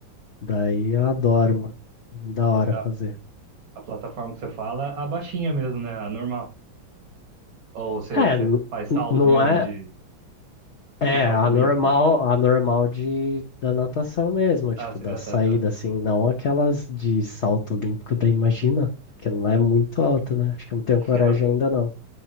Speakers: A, on the left; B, on the right.
A: Daí eu adoro, mano. Da hora
B: a,
A: fazer.
B: a plataforma que você fala, a baixinha mesmo, né? A normal. Ou você,
A: É,
B: você
A: n-
B: faz salto
A: n- não
B: mesmo,
A: é.
B: de tipo
A: É,
B: salto
A: a
B: olímpico.
A: normal, a normal de, da natação mesmo, tipo,
B: Ah, sim,
A: da
B: ah,
A: saída,
B: tá, tá.
A: assim, não aquelas de salto olímpico, daí imagina, que lá é muito alto, né? Acho que eu não tenho
B: <laughs>
A: coragem ainda não.